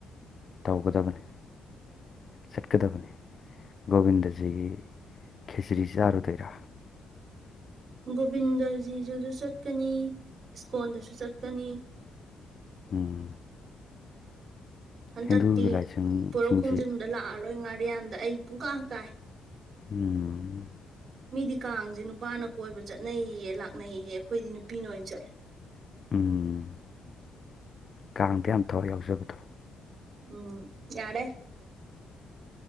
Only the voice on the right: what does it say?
ꯒꯣꯕꯤꯟꯗꯖꯤꯗꯨꯁꯨ ꯆꯠꯀꯅꯤ ꯏꯁꯀꯣꯟꯗꯁꯨ ꯆꯠꯀꯅꯤ
ꯍꯟꯗꯛꯇꯤ
ꯄꯣꯔꯣꯛ ꯈꯣꯡꯖꯤꯟꯗ ꯂꯥꯛꯑꯔꯣꯏ ꯉꯥꯔꯤꯌꯥꯟꯗ ꯑꯩ ꯄꯨꯨꯡꯀꯥ ꯀꯥꯏ
ꯃꯤꯗꯤ ꯀꯥꯡꯁꯦ ꯅꯨꯄꯥꯅ ꯀꯣꯏꯕ ꯆꯠꯅꯩꯌꯦ ꯂꯥꯛꯅꯩꯌꯦ ꯑꯩꯈꯣꯏꯗꯤ ꯅꯨꯄꯤꯅ ꯑꯣꯏꯅ ꯆꯠꯂꯦ
ꯎꯝ ꯌꯥꯔꯦ